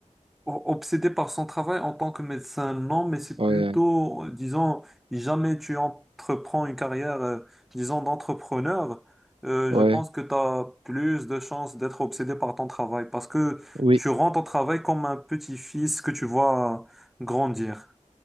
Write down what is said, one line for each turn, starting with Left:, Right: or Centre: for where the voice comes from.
Centre: o- obsédé par son travail en tant que médecin, non, mais c'est
Right: Ouais,
Centre: plutôt, euh, disons, jamais tu entreprends une carrière, euh, disons, d'entrepreneur, euh,
Right: ouais,
Centre: je pense que tu as plus de chances d'être obsédé par ton travail parce que
Right: oui,
Centre: tu rends ton travail comme un petit-fils que tu vois grandir.